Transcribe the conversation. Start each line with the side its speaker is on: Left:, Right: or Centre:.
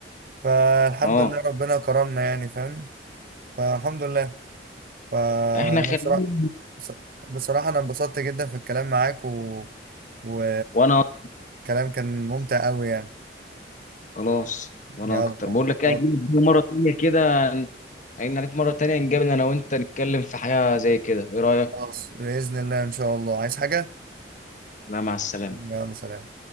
Right: فالحمد
Left: اه
Right: لله ربنا كرمنا يعني فاهم فالحمد لله فأنا
Left: احنا خلينا
Right: بصراحة بص- بصراحة أنا انبسطت جدا في الكلام معاك و... و...
Left: وانا أكتر.
Right: كلام كان ممتع قوي يعني
Left: خلاص وانا
Right: يلا
Left: اكتر بقول لك ايه
Right: يلا،
Left: هجيلك بيه مره تانيه كده هين عليك مره تانيه نقابل انا وانت نتكلم في حاجه زي كده ايه رايك
Right: خلاص بإذن الله إن شاء الله عايز حاجة
Left: لا مع السلامه
Right: يلا سلام